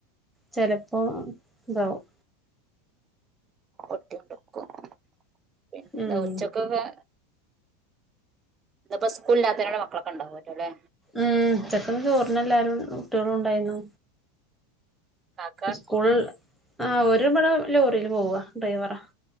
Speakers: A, in the centre; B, on the right (about 25°).
A: ചെിലപ്പോ താവും
B: ഓക്കണ്ടക്കു പിന്നെ
A: ഉം
B: ഉച്ചക്കൊക്കെ ഇന്ന്പ്പോ സ്കൂളിലാത്തന കൊണ്ട് മക്കളൊക്കെണ്ടാവല്ലൊ ല്ലെ
A: ഉം ഉച്ചക്കിന്ന് ചോറിനെല്ലാരും കുട്ടികളും ഉണ്ടായിരുന്നു
B: കാക്ക
A: സ്കൂൾ ആ ര്‌വടെ ലോറിൽ പോവാ ഡ്രൈവറ